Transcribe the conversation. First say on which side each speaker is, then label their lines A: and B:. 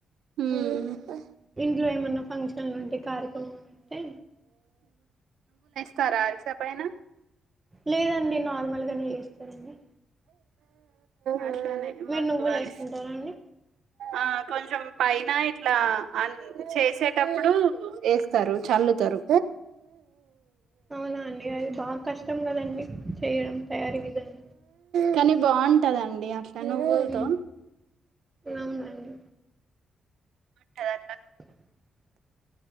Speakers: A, on the right (about 80°); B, on the right (about 20°).
A: ఉ
B: ఇంట్లో ఏమైన్నా ఫంక్షన్లు ఉంటే కార్యక్రమలు ఉంటే
A: కరా అరసపైన
B: లేదండి నార్మల్గానే చేస్తారండి
A: అట్లానే
B: మీరు
A: మాకు
B: నువ్వులు
A: అరస్
B: వేసుకుంటారా అండి
A: ఆ కొంచెం పైన ఇట్లా ఆ చేసేటప్పుడు వేస్తారు చల్లు తరు
B: అవునా అండి అది బాగా కష్టం కదండి చేయడం తయారీ విధాన్
A: కానీ బాగుంటదండి అట్లా నువ్వులుతో
B: మ్మ్. అవునండి
A: తరత్త
B: <inaudible>